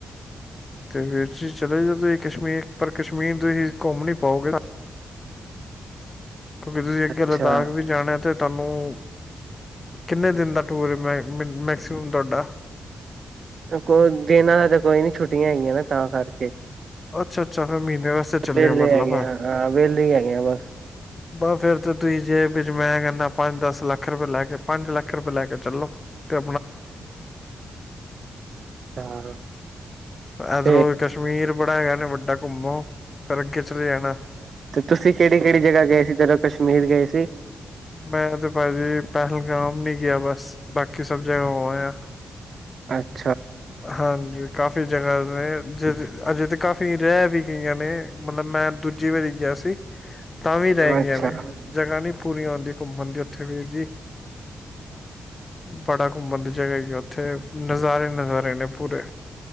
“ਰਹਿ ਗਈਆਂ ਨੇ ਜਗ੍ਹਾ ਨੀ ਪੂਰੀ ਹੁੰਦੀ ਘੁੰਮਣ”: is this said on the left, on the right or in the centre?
Left